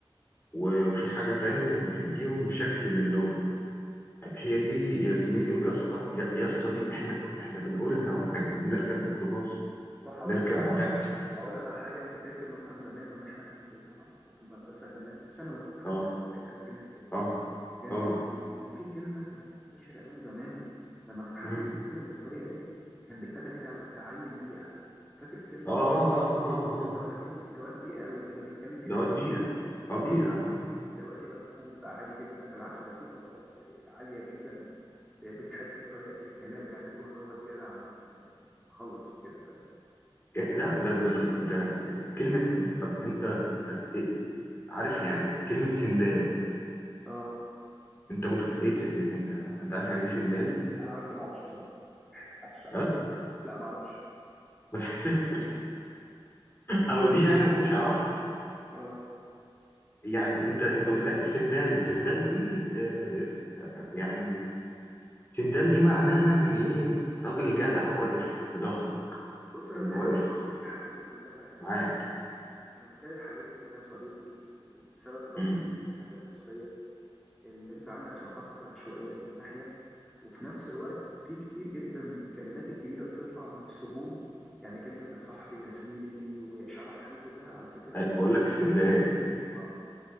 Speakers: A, on the left; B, in the centre.
A: و- وفي حاجة تانية بتديهم شكل للغة هي دي يا زميلي ويا اسطى يا يا اسطى دي احنا ك- احنا بنقولها واحنا بنركب ميكروباص
B: صح هقول
A: نركب
B: لك على حاجه
A: تاكسي
B: هقول لك على حاجه انت فاكر مثلا زمان لما احنا كنا في الجامعه او في المدرسه كمان في ثانوي في- لحد
A: اه
B: الالفينات كده
A: اه
B: كان
A: اه
B: في كان في كلمه كانت منتشره قوي زمان لما كان حد
A: مم.
B: بيتكلم بالطريقه دي كان بيتقال عليه ده ده عيل بيئه فاكر الكلمه
A: اه
B: دي
A: اه اه اه اه
B: ده ولا ايه الادوات بيئه قوي ايه ده بيتكلم كده
A: دوت
B: ليه
A: بيئة
B: دلوقتي دلوقتي
A: اه بيئة
B: بقى
A: اه
B: كول دلوقتي بقى كول بقى عادي جدا بالعكس ده في طبقات عاليه جدا ب- بتحب الطريقه دي في الكلام بيعتبروها اللي هو واد جدع يعني واد مخلص وكده فاهم
A: إيه، لا ده ده في ده كلمة إن- طب انت انت إيه- عارف يعني كلمة سندال
B: اه
A: انت متخ... ايه س... انت انت عارف يعني ايه سندال؟
B: انا لسه ما اعرفش بصراحه ما اضحكش عليك
A: ها؟
B: لا ما اعرفش
A: <laughs> اهو دي انا ما كنتش اعرفها
B: اه
A: يعني انت انت متخيل سندال سندال دي آه، يعني سندال دي معناها ان ايه راجل جدع واقف في ظهرك
B: بص انا
A: ان
B: متهيألي
A: واقف
B: الحاجات دي الحاجات دي كلها
A: معاك
B: انا متهيألي الحاجات دي كلها يا صديقي سبب تدهور
A: امم
B: اللهجه المصريه اللي انت عندك ثقافه العشوائيات من ناحيه وفي نفس الوقت في كتير جدا من الكلمات الجديدة بتطلع من السجون يعني كلمة يا صاحبي يا زميلي دي وشبح دي كلها على فكرة
A: أي-
B: كلمة
A: بقول لك سندال
B: اه